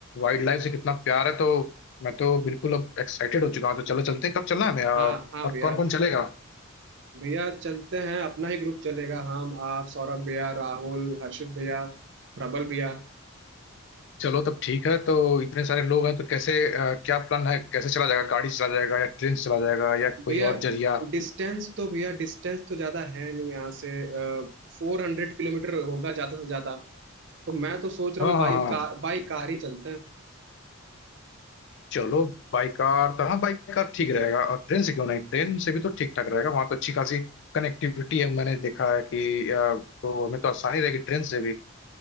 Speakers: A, on the left; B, on the right.
A: वाइल्ड लाइफ से कितना प्यार है तो मैं तो बिल्कुल अब एक्साइटेड हो चुका हूँ तो चलो चलते हैं कब चलना है हमें अ,
B: हाँ हाँ
A: और
B: भैया
A: कौन कौन चलेगा
B: भैया चलते हैं अपना ही ग्रुप चलेगा हम आप सौरभ भैया राहुल हर्षित भैया प्रबल भैया
A: चलो तब ठीक है तो इतने सारे लोग हैं तो कैसे अ, क्या प्लान है कैसे चला जाएगा गाड़ी से चला जाएगा या ट्रेन से चला जाएगा या कोई
B: भैया
A: और जरिया
B: डिस्टेंस तो भैया डिस्टेंस तो ज़्यादा है नहीं यहाँ से फोर हंड्रेड किलोमीटर होगा ज़्यादा से ज़्यादा तो मैं तो सोच रहा
A: हाँ
B: हूँ बाई
A: हाँ हाँ
B: कार बाई कार ही चलते हैं
A: चलो बाई कार तो हाँ बाई कार ठीक रहेगा और ट्रेन से क्यों नहीं ट्रेन से भी तो ठीक ठाक रहेगा वहां तो अच्छी खासी कनेक्टिविटी है मैंने देखा है कि अ, तो हमें तो आसानी रहेगी ट्रेन से भी